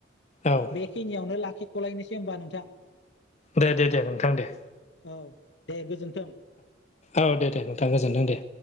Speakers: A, on the left; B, on the left.
A: औ
B: बेखिनियावनो लाखि थलायनोसै होमबा नोंथां
A: दे दे दे नोंथां दे
B: औ दे गोजोन
A: औ दे दे नोंथां गोजोनथों दे